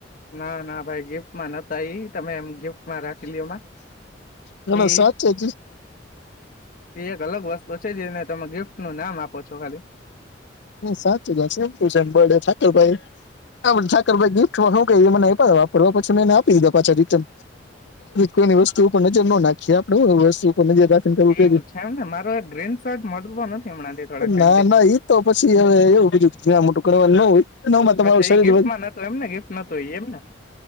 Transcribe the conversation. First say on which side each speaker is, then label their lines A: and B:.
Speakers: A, on the left; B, on the left.
A: ના ના ભાઈ ગિફ્ટમાં માં નોતા ઈ તમે એમ ગિફ્ટ મા રાખલી ઓમાં
B: ના
A: એ
B: સાચે જ
A: એ એક અલગ વસ્તુ છે જેને તમે ગિફ્ટ નું નામ આપો છો ખાલી
B: સાચ સેમ ટુ સેમ બડે સાાકરભાઈ સાકર ભાઈ ગિફ્ટ શું ક મને વાપરવા પછી મેને આપી દીધા પાછા રિટર્ન પે ની વસ્તુ ઉપર નજર ના નાખીએ આપણે વસ્તુ જે દાખલ કરવું કે
A: એવું છે એમ ને મારો એક ગ્રીન શર્ટ મળતો નથી હમણાંથી થોડાક ટાઈમથી
B: ના ના ઈ તો પછી હવે એવું બીધું જ્યાં મોટું કરવાનું ન હોયમાં તમારું
A: અચ્છા
B: શરીર
A: એ ગિફ્ટમાં
B: બ
A: નતો એમને ગિફ્ટ નતો એ એમને